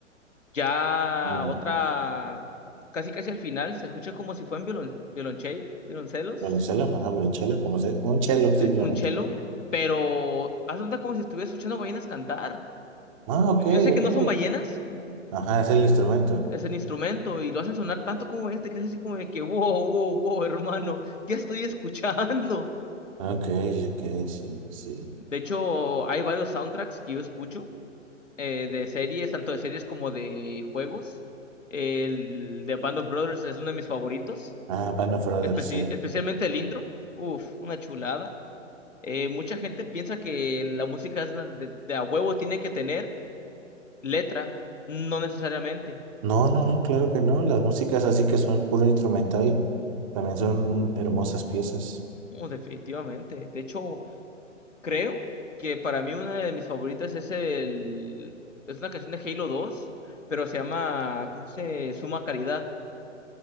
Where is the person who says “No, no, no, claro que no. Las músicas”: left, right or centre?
Right